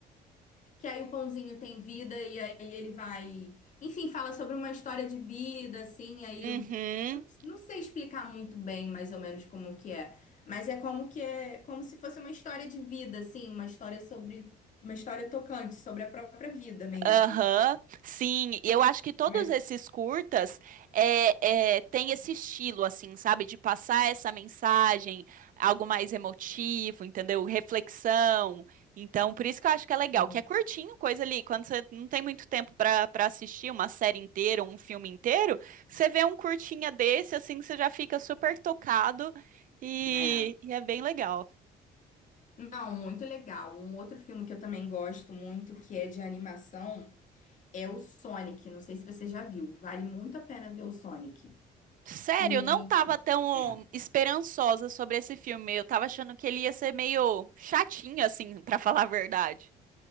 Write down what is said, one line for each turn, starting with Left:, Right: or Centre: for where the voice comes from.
Left: Que aí o pãozinho tem vida e aí ele vai. Enfim, fala sobre uma história de vida, assim. Aí
Right: Uhum.
Left: eu eu não não sei explicar muito bem, mais ou menos, como que é. Mas é como que é. Como se fosse uma história de vida, assim. Uma história sobre. Uma história tocante, sobre a própria vida mesmo.
Right: Aham, sim, e eu acho que todos
Left: Mas.
Right: esses curtas é, é, têm esse estilo, assim, sabe, de passar essa mensagem, algo mais emotivo, entendeu? Reflexão. Então, por isso que eu acho que é legal,
Left: Uhum.
Right: que é curtinho, coisa ali, quando você não tem muito tempo para para assistir uma série inteira, um filme inteiro, você vê um curtinha desse, assim, você já fica super tocado e,
Left: É.
Right: e é bem legal.
Left: Não, muito legal. Um outro filme que eu também gosto muito, que é de animação, é o Sonic. Não sei se você já viu. Vale muito a pena ver o Sonic.
Right: Sério,
Left: E.
Right: eu não tava tão
Left: É.
Right: esperançosa sobre esse filme. Eu tava achando que ele ia ser meio chatinho, assim, <laughs> pra falar a verdade.